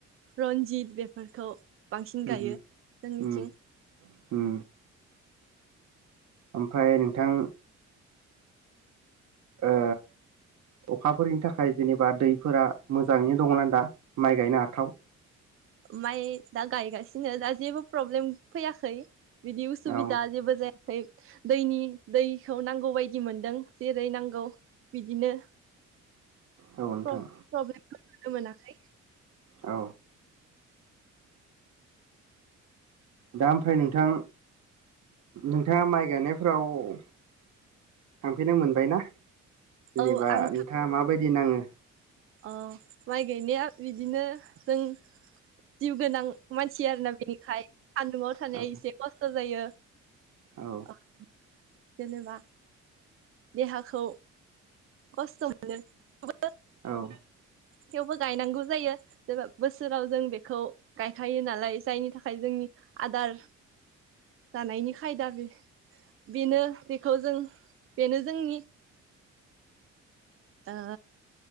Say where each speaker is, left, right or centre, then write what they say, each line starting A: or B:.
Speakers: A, on the right (about 45°); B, on the right (about 65°).
A: रन्जित बेफोरखौ बांसिन
B: उम
A: गायो जोंनिथिं
B: उम उम ओमफ्राय नोंथां ओ अखाफोरनि थाखाय जेनेबा दैफोरा मोजाङैनो दंना दा माइ गायनो हाथाव?
A: माइ दा गायगासिनो दा जेबो प्रब्लेम फैयाखै। बिदि उसुबिदा
B: औ
A: जेबो जाया <unintelligible> दैनि दैखौ नांगौ बायदि मोनदों जेरै नांगौ बिदिनो।
B: औ नोंथां
A: प्र-प्रब्लेम नुनो मोनाखै।
B: औ। दा ओमफ्राय नोंथां नोंथाङा माइ गायनायफ्राव थांफेरनो मोनबाय ना? जेनेबा
A: औ आं
B: नोंथाङा माबायदि नाङो?
A: अ माइ गायनाया बिदिनो जों जिउ गोनां मानसि आरोना बेनिखाय सान्दुङाव थानाया
B: औ
A: एसे खस्थ' जायो।
B: औ
A: ओ। जेनेबा देहाखौ खस्थ' मोनो। थेवबो
B: औ।
A: थेवबो गायनांगौ जायो जेबा बोसोराव जों बेखौ गायखायो नालाय जायनि थाखाय जोंनि आदार जानायनि खायदा बे बेनो बेखौ जों बेनो जोंनि ओ